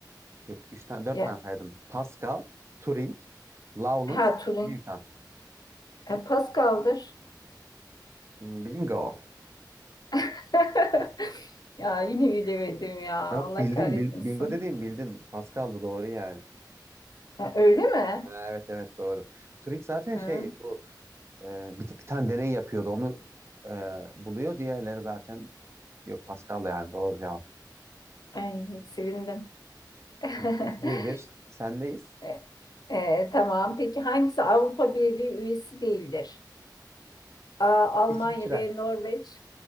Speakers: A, on the right; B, on the left.
A: Yok, üç tane, dört
B: Ya,
A: tane saydım. Pascal, Turing, Lawrence,
B: ha Turing.
A: Newton.
B: E, Pascal'dır.
A: Hmm, Bingo.
B: <laughs> Ya yine bilemedim ya.
A: Yok
B: Allah
A: bildin,
B: kahretmesin.
A: bil- bingo dediğim bildin. Pascal'dı doğru yani.
B: Ha, öyle mi?
A: Evet evet doğru. Turing zaten
B: Ha.
A: şey bu Ee, bir, bir tane deney yapıyordu. Onu e, buluyor. Diğerleri zaten yok Pascal da yani doğru cevap.
B: Ay sevindim. <laughs>
A: Bir bir bir. sendeyiz.
B: E, e, tamam. Peki hangisi Avrupa Birliği üyesi değildir? A. Almanya
A: İsviçre.
B: B. Norveç